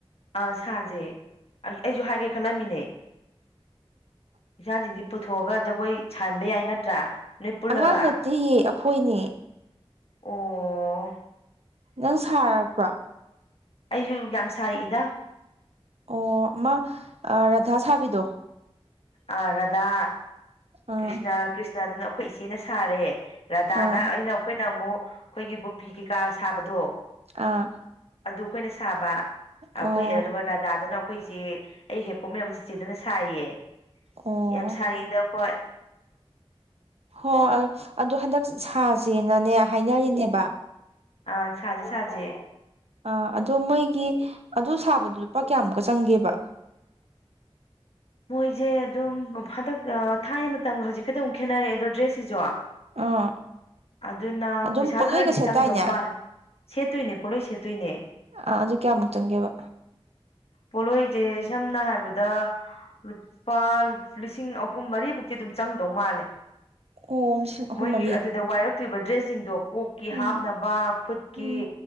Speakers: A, on the left (about 70°); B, on the right (about 80°).
A: ꯑ ꯁꯥꯖꯦ ꯑꯩ ꯑꯩꯖꯨ ꯍꯥꯏꯒꯦ ꯈꯜꯂꯝꯃꯤꯅꯦ ꯏꯆꯤꯖꯤꯡꯖꯦ ꯄꯨꯊꯣꯛꯑꯒ ꯖꯒꯣꯏ ꯁꯥꯥꯍꯟꯕ ꯌꯥꯏ ꯅꯠꯇ꯭ꯔꯥ ꯅꯣꯏ ꯄꯨꯜꯂꯒ
B: ꯑꯉꯥꯡ ꯅꯠꯇꯤꯌꯦ ꯑꯩꯈꯣꯏꯅꯦ
A: ꯑꯣ
B: ꯅꯪ ꯁꯥꯔꯛꯄ꯭ꯔꯣ
A: ꯑꯩꯖꯨ ꯌꯥꯝ ꯁꯥꯔꯛꯏꯗ
B: ꯑꯣ ꯑꯃ ꯑ ꯔꯥꯙꯥ ꯁꯥꯕꯤꯗꯣ
A: ꯑ ꯔꯥꯙꯥ
B: ꯑꯥ
A: ꯀ꯭ꯔꯤꯁꯅ ꯀ꯭ꯔꯤꯁꯅꯗꯨꯅ ꯑꯩꯈꯣꯏ ꯏꯆꯦꯅ ꯁꯥꯔꯦ ꯔꯗꯥꯅ
B: ꯑꯥ
A: ꯑꯩꯅ ꯑꯩꯈꯣꯏꯅ ꯑꯃꯨꯛ ꯑꯩꯈꯣꯏꯒꯤ ꯒꯨꯞꯄꯤ ꯀꯩꯀꯥ ꯁꯥꯕꯗꯣ
B: ꯑꯥ
A: ꯑꯗꯨ ꯑꯩꯈꯣꯏꯅ ꯁꯥꯕ ꯑꯩꯈꯣꯏ
B: ꯑꯣ
A: ꯑꯗꯨꯒ ꯔꯥꯗꯥꯗꯨꯅ ꯑꯩꯈꯣꯏ ꯆꯦ ꯑꯩ ꯍꯦꯛ ꯄꯣꯛꯃꯤꯟꯅꯕ ꯆꯤꯆꯦꯗꯨꯅ ꯁꯥꯏꯌꯦ
B: ꯑꯣ
A: ꯌꯥꯝ ꯁꯥꯔꯛꯏꯗ ꯑꯩꯈꯣꯏ
B: ꯍꯣꯏ ꯑꯗꯣ ꯍꯟꯗꯛ ꯁꯥꯖꯦꯅꯅꯦ ꯍꯥꯏꯅꯔꯤꯅꯦꯕ
A: ꯑ ꯁꯥꯖꯦ ꯁꯥꯖꯦ
B: ꯑ ꯑꯗꯣ ꯃꯣꯏꯒꯤ ꯑꯗꯨ ꯁꯥꯕꯗꯨ ꯂꯨꯄꯥ ꯀꯌꯥꯃꯨꯛꯀ ꯆꯪꯒꯦꯕ
A: ꯃꯣꯏꯖꯦ ꯑꯗꯨꯝ ꯍꯟꯗꯛ ꯑ ꯊꯥꯏꯅ ꯃꯇꯝꯒ ꯍꯧꯖꯤꯛꯀꯗꯤ ꯑꯃꯨꯛ ꯈꯦꯠꯅꯔꯛꯑꯦ ꯑꯗꯣ ꯗ꯭ꯔꯦꯁꯖꯤꯖꯨ
B: ꯑꯥ
A: ꯑꯗꯨꯅ
B: ꯑꯗꯨꯝ
A: ꯄꯤꯁꯥ
B: ꯄꯣꯠꯂꯣꯏꯒ
A: ꯈꯔꯗꯤ
B: ꯁꯦꯠꯇꯥꯏꯅꯦ
A: ꯆꯪꯗꯧ ꯃꯥꯜꯂꯦ ꯁꯦꯠꯇꯣꯏꯅꯦ ꯄꯣꯠꯂꯣꯏ ꯁꯦꯠꯇꯣꯏꯅꯦ
B: ꯑ ꯑꯗꯨ ꯀꯌꯥꯃꯨꯛ ꯆꯪꯒꯦꯕ
A: ꯄꯣꯠꯂꯣꯏꯖꯦ ꯁꯝꯅ ꯍꯥꯏꯕꯗ ꯂꯨꯄꯥ ꯂꯤꯁꯤꯡ ꯑꯍꯨꯝ ꯃꯔꯤ ꯕꯨꯛꯇꯤ ꯑꯗꯨꯝ ꯆꯪꯗꯧ ꯃꯥꯜꯂꯦ
B: ꯑꯣ ꯂꯤꯁꯤꯡ ꯑꯍꯨꯝ
A: ꯃꯣꯏꯒꯤ
B: ꯃꯔꯤ
A: ꯑꯗꯨꯗ ꯋꯥꯏꯔꯛ ꯇ꯭ꯔꯤꯕ ꯗ꯭ꯔꯦꯁꯖꯤꯡꯗꯣ ꯀꯣꯛꯀꯤ
B: ꯎꯝ
A: ꯍꯥꯞꯅꯕ ꯈꯨꯠꯀꯤ
B: ꯎꯝ